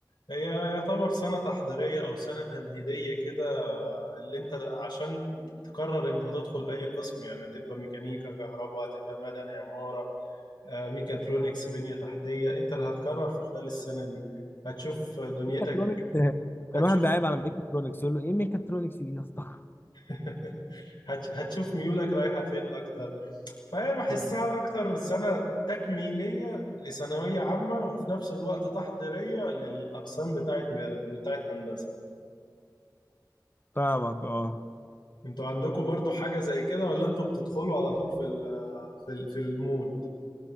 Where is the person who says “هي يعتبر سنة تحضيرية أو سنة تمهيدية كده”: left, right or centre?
Left